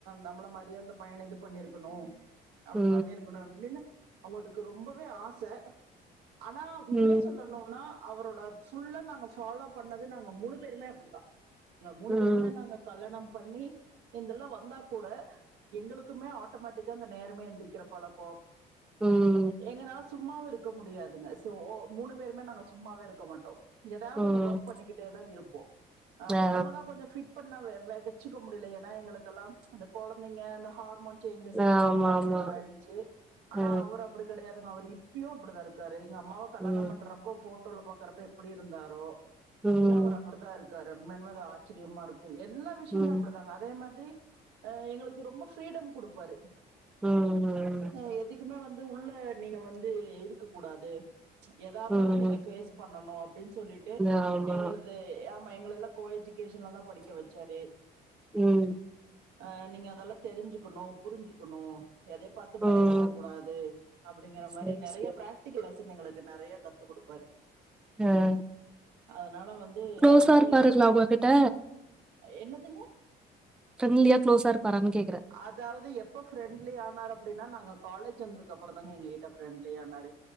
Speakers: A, on the right; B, in the centre.
A: நம்ள மாரியே அந்த பையன இது பண்ணிருக்கணு அப்டி
B: ம்
A: பண்ணிருக்கனு அப்டின்னு அவுங்கடுக்கு ரொம்பவே ஆச ஆனா உண்மைய
B: ம்
A: சொல்லணுனா அவரோட ஃபுல்லா நாங்க பாலோ பண்ணது நாங்க மூனு பேருமே அப்டிதா இந்த மூனு
B: ம்
A: பேருமே நாங்க கல்லாணம் பண்ணி இதெல்லா வந்தா கூட எங்களுக்குமே ஆட்டோமேட்டிக்கா இந்த நேரமே எந்திரிக்கிற பழக்கொ
B: ம்
A: எங்கனால சும்மாவு இருக்க முடியாதுங்க சோ மூனு பேருமே நாங்க சும்மாவே இருக்க மாட்டோ ஏதாவது
B: ம்
A: ஒன்னு ஒர்க் பண்ணிக்கிட்டே தா இருப்போ அ
B: ஆ
A: ஒடம்ப தா கொஞ்சொ ஃபிட் பண்ணா வெ வெச்சுக்க முடிய்ல ஏன்னா எங்களுக்கெல்லா அந்த கொழந்தைங்க அந்த ஹார்மோன் சேஞ்சஸ்னால
B: ஆமா
A: அந்த மாதுரலா
B: ஆமா
A: ஆயிடுச்சு ஆனா
B: ஆ
A: அவர் அப்டி கெடையாதுங்க அவர் இப்பயு அப்டிதா இருக்காரு எங்க அம்மாவ கல்யாணம்
B: ம்
A: பண்றப்போ ஃபோட்டோல பாக்குறப்ப எப் எப்டி இருந்தாரோ
B: ம்
A: இன்னொ அவரு அப்புடுதா இருக்காரு உண்மையானுமே அது ஆச்சிரியமா இருக்கு எல்லா விஷ்யமே
B: ம்
A: அப்டிதாங்க அதே மாதிரி எங்களுக்கு ரொம்ப ஃப்ரீடம் குடுப்பாரு
B: ம் ம்
A: அ எதுக்குமே வந்து உள்ள நீங்க வந்து இருக்க கூடாது எதா இருந்தாலு
B: ம்
A: நீங்க ஃபேஸ் பண்ணனு அப்டின் சொல்லிட்டு
B: ஆமா
A: எங்கள து ஆமா எங்களெல்லா கோ எஜுகேஷன்லதா படிக்க வச்சாரு
B: ம்
A: அ நீங்க அதெல்லா தெருஞ்சுக்கனு புருஞ்சுக்கனு எதே பாத்து
B: ம்
A: பயப்புடக்கூடாது அப்டிங்கற
B: சரி
A: மாரி நெறைய
B: சரி
A: பிரா ட்டிகிளாஸ்னு எங்களுக்கு நெறைய கத்து குடுப்பாரு
B: ம்
A: அதனால வந்து
B: கு்ளோஸா
A: அவரு
B: இருப்பாருங்ளா
A: தா எங்களுக்கு
B: உங்க கிட்ட
A: என்னதுங்க
B: ஃப்ரெண்ட்லியா குளோஸா இருப்பாரானு கேக்குறே
A: அதாவது எப்ப ஃப்ரெண்ட்லி ஆனாரு அப்டின்னா நாங்க காலேஜ் வந்துக்கு அப்பறொந் தாங்க எங்க கிட்ட ஃப்ரெண்ட்லி ஆனாரு